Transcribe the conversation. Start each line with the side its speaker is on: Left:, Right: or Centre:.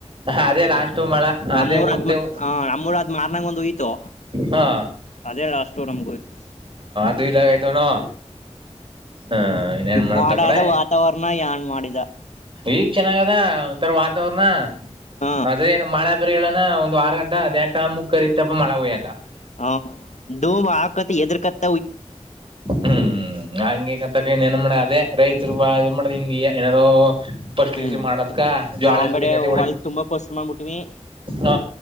Right: ಅದೇ ಲಾಸ್ಟ್ ಮಳ ಅದೇ
Left: ನಮ್ಮೂರ
Right: ಉದ್ದೆವು
Left: ಅದ್ಮ್ಯಾ ಹ ನಮ್ಮೂರದ್ ಮಾರ್ನಂಗ <unintelligible> ಒಂದು ಹೋಯ್ತು.
Right: ಹಾ
Left: ಅದೇ <unintelligible> ನಮ್ಗೋಯ್ತು
Right: <unintelligible> ಆಗೋಯ್ತೇನೋ ಹಾ ಇನ್ನೇನ್
Left: ಈಗ
Right: ಮಾಡೋದ್
Left: ಮಾಡಾದ
Right: ಆ ಕಡೆ.
Left: ವಾತಾವರಣ ಯಾನ್ ಮಾಡಿದ
Right: ಈಗ್ ಚೆನ್ನಾಗದ ಒಂಥರ ವಾತಾವರ್ರಣ.
Left: ಹ
Right: ಆದ್ರೆ <unintelligible> ಮಳೆ ಬೇರೆ ಇಲ್ಲೇನ ಒಂದು ಆರು ಗಂಟೆ ಯಾಕ <unintelligible> ಮುಕ್ಕರಿತ್ತಪ್ಪ ಮಳೆ ಹೋಯಾಕ
Left: ಹ <unintelligible> ಹಾಕತ್ ಎದ್ರಕತ್
Right: ಹ್ಮ್ <unintelligible> <unintelligible> ರೈತರು ಬಾಳ ಏನ್ ಮಾಡ್ದ್ ಹಿಂಗೆ ಏನಾರೋ. <unintelligible>
Left: ಹ್ಮ್
Right: ಮಾಡಕ್ಕ ಜ್ವಾಳ್ಯಸುರಿ
Left: ನಾವ್ ಬಡೆ
Right: <unintelligible>
Left: ಹೊಲ್ ತುಂಬಾ ಪಸ್ರು ಮಾಡ್ಬಿಟ್ವಿ
Right: ಹ